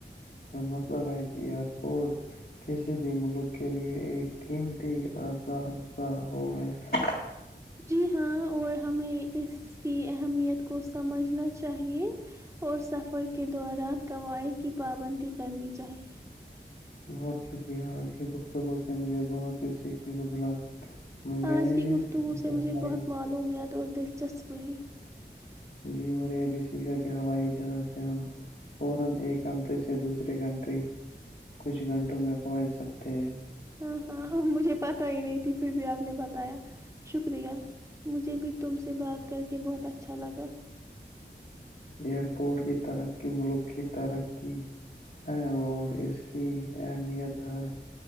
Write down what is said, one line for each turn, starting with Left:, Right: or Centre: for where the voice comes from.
Left: مطلب ہے کہ یار کوڈ کسی بھی ملک کے لیے ایک قیمتی اسا نہ ہو ہے <unintelligible>
Right: جی ہاں اور ہمیں اس کی اہمیت کو سمجھنا چاہیے اور سفر کے دوران قواائد کی پابندی کرنی چاہیے <unintelligible>
Left: بہت شکریہ عرشی گفتگو سے مجھے بہت کچھ سیکھنے کو ملا مجھ- میں
Right: آج
Left: نے
Right: کی
Left: یہ
Right: گفتگو
Left: سیکھا
Right: سے
Left: کہ ہوائی
Right: مجھے بہت معلومت اور دلچسپ رہی <unintelligible>
Left: جی ہو رہے ہیں ابھی اس کی کا کیا بھائی جان سے ہم فورا ایک کنٹری سے دوسرے کنٹری کچھ گھنٹوں میں پہنچ سکتے ہیں <unintelligible>
Right: ہاں ہاں اب مجھے پتا ہی نہیں تھی پھر بھی آپ نے بتایا شکر <unintelligible> شکریہ مجھے بھی <unintelligible> تم سے بات کر کے بہت اچھا لگا <unintelligible>
Left: ایئرپورٹ کی ترقی ملک کی ترقی ہے اور اس کی اہمیت ہر